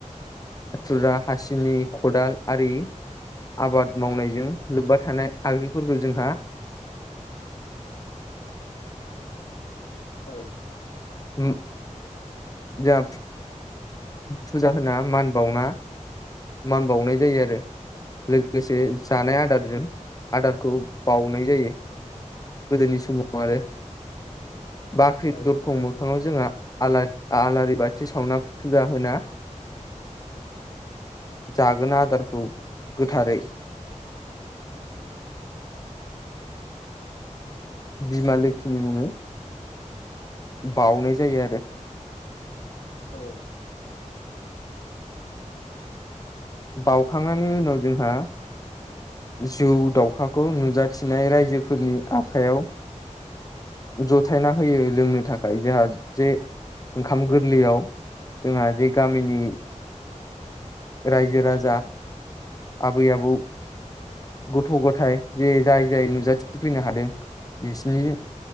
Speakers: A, on the left; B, on the left.
A: हाथुरा हासिनि खदाल आरि आबाद मावनायजों लोब्बा थानाय आगजुफोरखौ जोंहा
B: औ
A: उम जाहाब फुजा होना मान बावना मान बावनाय जायो आरो लोगोसे जानाय आदारजों आदारखौ बउनाय जायो। गोदोनि समाव आरो बाख्रि
B: औ
A: दरखं मोखाङाव जोंहा आलार आलारि बाथि सावना फुजा होना जागोना आदारखौ गोथारै बिमा लोखिनि मुङै बउनाय जायो आरो।
B: औ
A: बावउखांनायनि उनाव जोंहा जौ दाउखाखौ नुजाथिनाय रायजोफोरनि आखायाव जथायना होयो लोंनो थाखाय जोंहा जे ओंखाम गोरलैयाव जोंहा जे गामिनि रायजो राजा आबै आबौ गथ' गथाय जे जाय जाय नुजाथिफैनो हादों बिसिनि